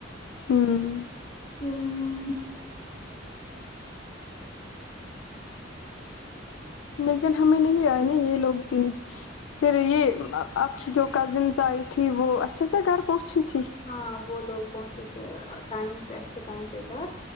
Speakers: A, on the left (about 80°); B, on the left (about 30°).
A: ہوں
B: ہوں
A: لیکن ہمیں نہیں آئے نا یہ لوگ بھی نہیں پھر یہ آپ کی جو کزنس آئی تھیں وہ اچھے سے گھر پہنچی تھی
B: ہاں وہ لوگ پہنچے تھے ٹائم پہ اٹھ کے ٹائم پے گھر